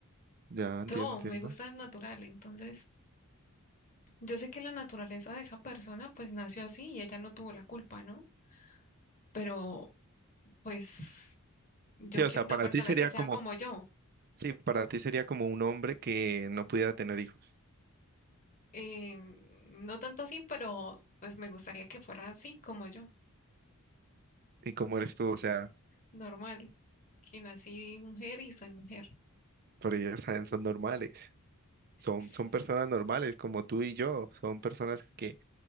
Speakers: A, on the right (about 45°); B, on the left (about 35°).
A: ya entiendo,
B: todo,
A: entiendo.
B: me gusta el natural. Entonces, yo sé que la naturaleza de esa persona pues nació así y ella no tuvo la culpa, ¿no? Pero pues yo
A: Sí, o
B: quiero
A: sea, para
B: una persona
A: ti sería
B: que sea
A: como,
B: como yo.
A: sí, para ti sería como un hombre que no pudiera tener hijos.
B: Eh, no tanto así, pero pues me gustaría que fuera así como yo,
A: ¿Y cómo eres tú? O sea,
B: normal, que nací mujer y soy mujer.
A: pero ellos saben, son normales. Son,
B: S-
A: son personas normales como tú y yo. Son personas que